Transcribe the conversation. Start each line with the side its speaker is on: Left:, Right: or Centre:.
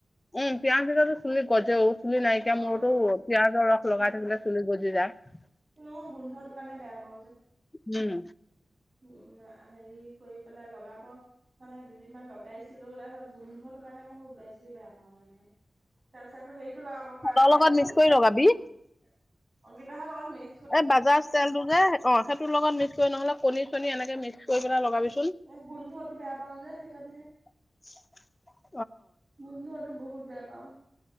Left: উম, পিয়াজ দিলেতো চুলি গজেও, চুলি নাইকিয়া
Right: অ
Left: মূৰটো
Right: গল যে।
Left: পিয়াজৰ ৰস লগাই
Right: অ,
Left: থাকিলে চুলি গজ জি যাই।
Right: কিন্তু মই গোন্ধটোৰ কাৰণে বেয়া পাওঁ যে।
Left: উম।
Right: উম, হেৰি কৰি পেলাই লগাব, মানে দুদিনমান লগাইছিলোঁ <unintelligible> গোন্ধটোৰ কাৰণে মই খুব বেছি বেয়া পাওঁ মানে। তাৰপিছত আকৌ হেৰিটো লগাব পৰা
Left: চাহৰ
Right: যায়
Left: লগত
Right: এইটো,
Left: মিক্স
Right: অ'
Left: কৰি লগাবি
Right: অংকিতাহঁতৰ ঘৰত মিক
Left: এই বাজাজ তেলটো যে, অ', সেইটোৰ লগত মিক্স কৰি নহ'লে কণী চণী এনেকে মিক্স কৰি পেলাই লগাবি চোন।
Right: এই গোন্ধটো বেয়া পাওঁ যে, সেইকাৰণেহে।
Left: <inaudible>
Right: গোন্ধতো বহুত বেয়া পাওঁ।